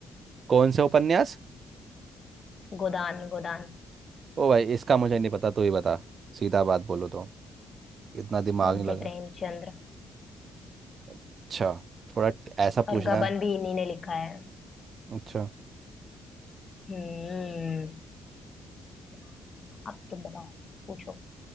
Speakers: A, on the right; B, on the left.
A: कौन से उपन्यास
B: गोदान गोदान
A: ओ भाई इसका मुझे नहीं पता तू ही बता सीधा बात बोलो तो इतना दिमाग
B: मुंशी
A: नहीं लगा
B: प्रेमचंद्र
A: अच्छा थोड़ा ट- ऐसा
B: और
A: पूछना
B: गबन
A: है
B: भी इन्हीं ने लिखा है
A: अच्छा
B: हम्म हाँ, अब तुम बताओ पूछो